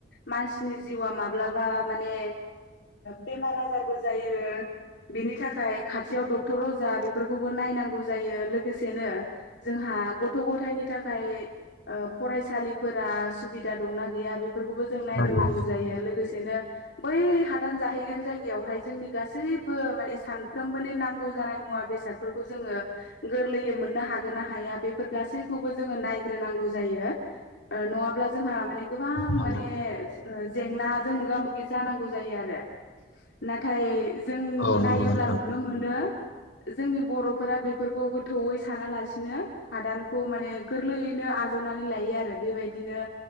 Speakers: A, on the left; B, on the left.
A: मानसिनि जिउआ मा माब्लाबा माने बेमार आजारबो जायो बेनि थाखाय खाथियाव डक्टर अजा बेफोरखौबो नायनांगौ जायो लोगोसेनो जोंहा गथ' गथायनि थाखाय फरायसालिफोरा सुबिदा दंना गैया बे फोरखौबो जों नायग्रोनांगौ
B: नंगौ
A: जायो लोगोसे नो बै हादान जाहैगोन जायगायावहाय जोंनि गासैबो माने सान साफ्रोमबोनि नांगौ जानाय मुवा बेसादफोरखौ जोङो गोरलैयै मोननो हागोन ना हाया बेफोर गासैखौ खौबो जोङो नायग्रोनांगौ जायो नङाब्ला जोंहा माने गोबां
B: नंगौ
A: माने जेंनाजों मोगा मोगि जानांगौ जायो आरो नाथाय जों
B: औ
A: नायोब्ला
B: नंगौ नोंथां
A: नुनो मोनो जोंनि बर'फोरा बेफोरखौ गोथौयै सानालासिनो हादानखौ माने गोरलैयैनो आजाव जावनानै लायो आरो बेबायदिनो